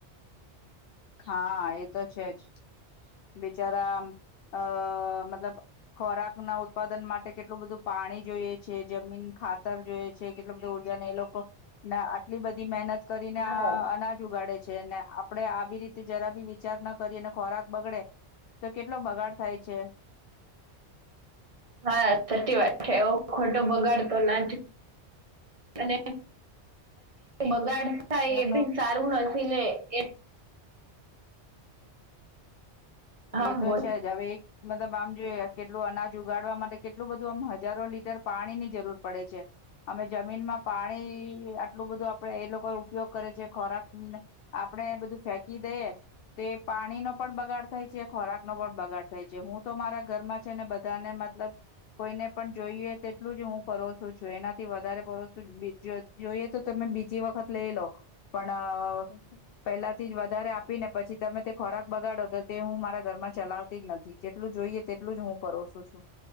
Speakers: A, on the left; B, on the right.
A: હા એ તો છે જ બિચારા આ અ મતલબ ખોરાક ના ઉત્પાદન માટે કેટલું બધું પાણી જોઈએ. છે જમીન ખાતર જોય છે કેટલો બધુ ઉર્જાને એ લોકો આટલી બધી મહેનત કરીને આ
B: હા
A: અનાજ ઉગાડે છે ને આપડે આવી રીત તે જરા ભી વિચાર ના કરી અને ખોરાક બગડે તો કેટલો બગાડ થાય છે.
B: હા સચી
A: તો
B: વાત છે. ખોટો બગાડ તો નાચ અને બગાડ થાય
A: હું
B: એ
A: તો
B: બીન સારું ન પીલે એ હા
A: એ તો
B: બોલ
A: છે જ હવે એક મતલબ આમ જો કેટલું અનાજ ઉગાડવા માટે કેટલું બધું આમ હજારો લીટર પાણીની જરૂર પડે છે અમે જમીનમાં પાણી આટલું બધું આપડ એ લોકો ઉપયોગ કરે છે ખોરાક આપણેે બધું ફેંકી દઈએ તે પાણી નો પણ બગાડ છે ખોરાક નો પણ બગાડ થાય છે હું તો મારા ઘરમાં છે ને બધાને મતલબ કોઈને પણ જોઈએ તેટલું જ હું પરસું છું એનાથી વધારે પરસું જોઈએ તો તમે બીજી વખત લઈ લો પણ પેલાથી જ વધારે આપીને પછી તમે તે ખોરાક બગાડો તો તે હું મારા ઘરમાં ચલાવતી જ નથી જેટલું જોઈએ તેટલું જ હું પરોસું છું.